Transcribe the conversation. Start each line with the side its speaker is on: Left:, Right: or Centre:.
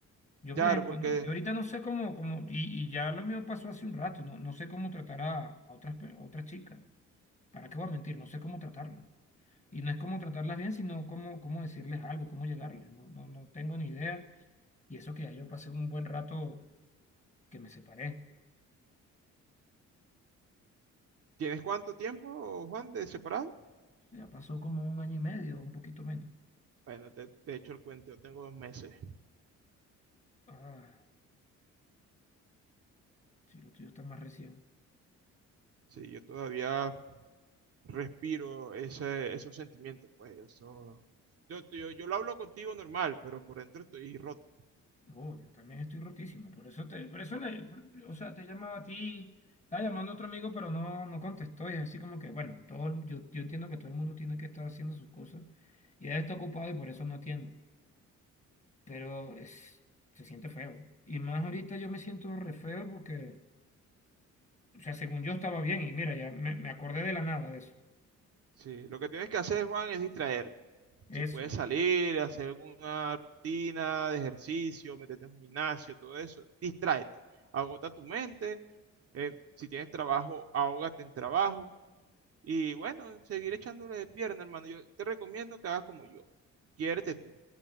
Left: Yo,
Right: Claro,
Left: por ejemplo,
Right: porque
Left: no- yo ahorita no sé cómo, cómo y, y ya lo mío pasó hace un rato, no, no sé cómo tratar a, a otras, pe- a otras chicas. ¿Para qué voy a mentir? No sé cómo tratarlas. Y no es cómo tratarlas bien, sino cómo, cómo decirles algo, cómo llegarles. No, no, no tengo ni idea. Y eso que ya yo pasé un buen rato que me separé.
Right: ¿tienes cuánto tiempo, Juan, de separado?
Left: Ya pasó como un año y medio, un poquito menos.
Right: Bueno, te, te echo el cuento, yo tengo dos meses.
Left: Ah, sí, lo tuyo está más recién.
Right: Sí, yo todavía respiro ese, esos sentimientos, pues, eso... Yo, yo, yo lo hablo contigo normal, pero por dentro estoy roto.
Left: Oh, yo también estoy rotísimo. Por eso te, por eso le- por- o sea, te llamaba a ti, estaba llamando a otro amigo, pero no, no contestó. Y es así como que, bueno, todo, el- yo, yo entiendo que todo el mundo tiene que estar haciendo sus cosas. Y él está ocupado y por eso no atiende. Pero es, se siente feo. Y más ahorita yo me siento re feo porque, o sea, según yo estaba bien. Y mira, ya me, me acordé de la nada de eso.
Right: Sí, lo que tienes que hacer, Juan, es distraer. Si
Left: Eso,
Right: puedes salir, hacer alguna rutina de ejercicio, meterte en un gimnasio, todo eso, distráete. Agota tu mente. eh, si tienes trabajo, ahógate en trabajo. Y bueno, seguir echándole de pierna, hermano. Yo te recomiendo que hagas como yo. Quiérete tú,